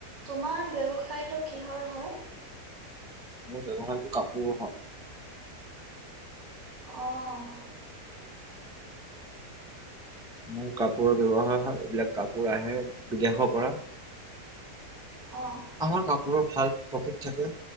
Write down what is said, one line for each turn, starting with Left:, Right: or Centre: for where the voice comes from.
Right: তোমাৰ ব্যৱসায়টো কিহৰ হয়
Centre: মোৰ ব্যৱসায়তো কাপোৰো হয়
Right: অঁ
Centre: মোৰ কাপোৰৰ ব্যৱসায় হয় এইবিলাক কাপোৰ আহে বিদেশৰ পৰা
Right: অ',
Centre: আমাৰ কাপোৰৰ ভাল প্ৰফিট থাকে